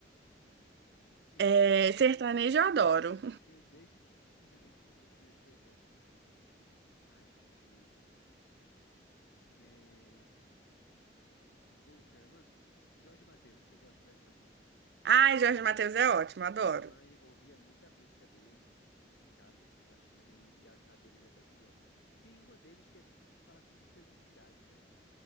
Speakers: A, on the left (about 75°); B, on the right (about 65°).
A: Eu,
B: É, sertanejo eu adoro.
A: eu desde sertanejo, deixa eu ver o sertanejo que eu gosto. Ah, esqueci. É... Poxa, mano, Jorge Mateus, eu gosto de Jorge Mateus.
B: <laughs> Ai, Jorge Mateus é ótimo, adoro.
A: Minha mãe ouvia muita música deles em casa para fazer faxina e, e a, a deles eu até que gosto. Tem uma deles que, é, que fala sobre felicidade, não é?